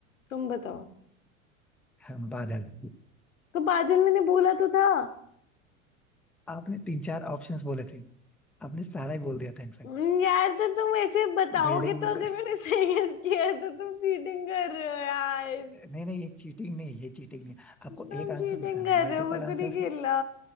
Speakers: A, on the left; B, in the centre.
A: तुम बताओ
B: हम बादल
A: तो बादल मैंने बोला तो था
B: आपने तीन चार ऑप्शंस बोले थे आपने सारा ही बोल दिया था इनफैक्ट
A: हम्म, यार तो तुम ऐसे बताओगे
B: बिल्डिंग
A: तो
B: भी
A: अगर
B: बोल
A: मैंने <laughs> सही गेस किया है, तो तुम चीटिंग कर रहे हो यार
B: नहीं नहीं ये चीटिंग नहीं है, ये चीटिंग नहीं है। आपको
A: तुम
B: एक आंसर
A: चीटिंग
B: बताना
A: कर
B: है मल्टीपल
A: रहे हो मेरे
B: आंसर्स
A: को नहीं खेलना
B: ने